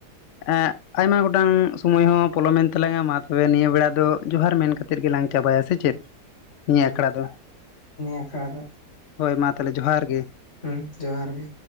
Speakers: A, on the left (about 60°); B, on the left (about 40°).
A: ᱮᱸ ᱟᱭᱢᱟ ᱜᱚᱴᱟᱝ ᱥᱚᱢᱚᱭ ᱦᱚᱸ ᱯᱚᱞᱚᱢᱮᱱ ᱛᱟᱞᱟᱝᱟ, ᱢᱟ ᱛᱚᱵᱮ ᱱᱤᱭᱟᱹ ᱵᱮᱲᱟ ᱫᱚ ᱡᱚᱦᱟᱨ ᱢᱮᱱ ᱠᱟ ᱛᱮᱫ ᱜᱮᱞᱟᱝ ᱪᱟᱵᱟᱭᱟ, ᱥᱮ ᱪᱮᱫ? ᱱᱤᱭᱟᱹ
B: ᱦᱩᱸ
A: ᱟᱠᱷᱲᱟ ᱫᱚ᱾
B: ᱱᱤᱭᱟᱹ ᱟᱠᱷᱲᱟ ᱫᱚ᱾
A: ᱦᱳᱭ ᱢᱟ ᱛᱟᱞᱦᱮ ᱡᱚᱦᱟᱨ ᱜᱮ᱾
B: ᱦᱩᱸ ᱡᱚᱦᱟᱨ ᱜᱮ᱾